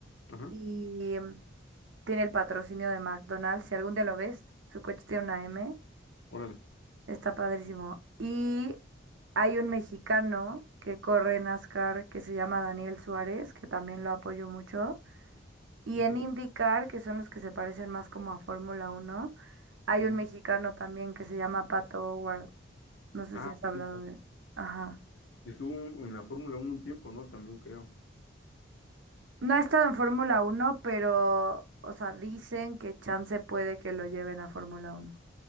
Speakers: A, on the left; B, on the right.
A: Ajá,
B: y em, tiene el patrocinio de McDonald's. Si algún día lo ves, su coche tiene una M,
A: órale,
B: está padrísimo. Y hay un mexicano que corre NASCAR que se llama Daniel Suárez, que también lo apoyo mucho. Y
A: súper.
B: en IndyCar, que son los que se parecen más como a Fórmula Uno, hay
A: Ujú.
B: un mexicano también que se llama Pato O'Ward. No sé
A: Ah,
B: si has hablado
A: sí,
B: de... Ajá.
A: estuvo en la Fórmula 1 un tiempo, ¿no? También creo.
B: No ha estado en Fórmula Uno, pero, o sea, dicen que chance puede que lo lleven a Fórmula Uno.